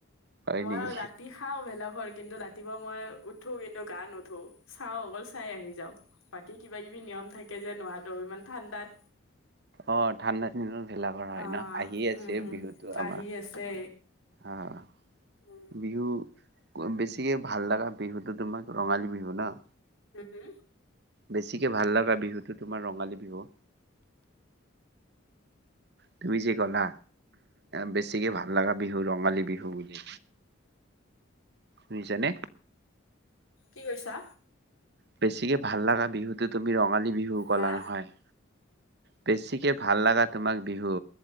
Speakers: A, on the right (about 50°); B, on the left (about 80°).
A: হয়
B: মই
A: নেকি
B: ৰাতি খাওঁ ভেলা হয়। কিন্তু, ৰাতিপুৱা মই উঠো, কিন্তু গা নোধো। চাও অকল চাই আহি যাওঁ। বাকী কিবা কিবি নিয়ম থাকে। যে নোৱাৰোঁ ইমান ঠাণ্ডাত।
A: অ'! ঠাণ্ডা দিনত ভেলা ঘৰ হয়
B: অ
A: ন'। আহি আছে
B: উম উম
A: বিহুতো আমাৰ।
B: আহি আছে
A: অ'!
B: উম
A: বিহু বেছিকে ভাল লগা বিহুটো তোমাক ৰঙালী বিহু ন'?
B: হু! হু!
A: বেছিকে ভাল লগা বিহুটো তোমাৰ ৰঙালী বিহু। তুমি যে ক'লা, বেছিকে ভাল লগা বিহু ৰঙালী বিহু বুলি। শুনিছানে?
B: কি কৈছা?
A: বেছিকে ভাল লগা বিহুতোত তুমি ৰঙালী বিহু ক'লা
B: হা
A: নহয়। বেছিকে ভাল লগা তোমাক বিহু